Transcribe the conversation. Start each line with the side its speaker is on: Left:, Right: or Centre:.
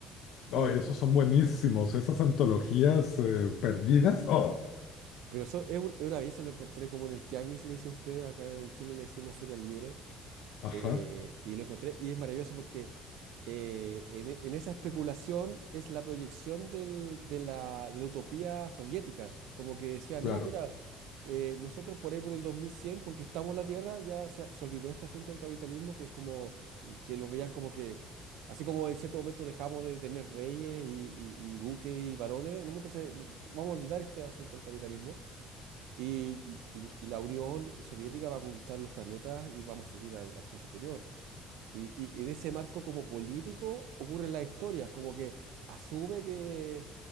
Right: Y,
Left: Oh, esos
Right: que-
Left: son buenísimos, esas antologías eh, perdidas. Oh,
Right: pero eso es, un- es una belleza, lo encontré como en el Tianguis, le dicen ustedes, acá en Chile le decimos Feria Libre.
Left: ajá,
Right: eh, y lo encontré y es maravilloso porque eh, en, e- en esa especulación es la proyección del- de la, de la utopía soviética, como que decía,
Left: claro.
Right: no, mira, eh, nosotros por ahí por el 2100 conquistamos la Tierra, ya se, se olvidó este asunto del capitalismo, que es como, eh, que lo veían como que, así como en cierto momento dejamos de tener reyes y, y- y duques y varones, en un momento se- no, vamos a olvidar este asunto del capitalismo y, y- y- y la Unión Soviética va a conquistar los planetas y vamos a salir al al espacio exterior. Y, y en ese marco como político ocurren las historias, como que asume que,